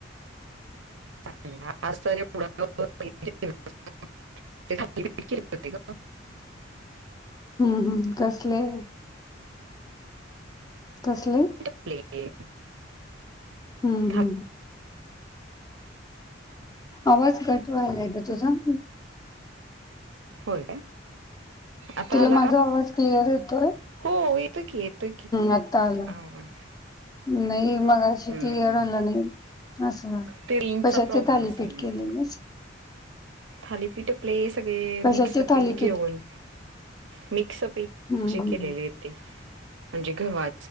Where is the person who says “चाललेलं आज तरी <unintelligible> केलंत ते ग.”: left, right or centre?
Right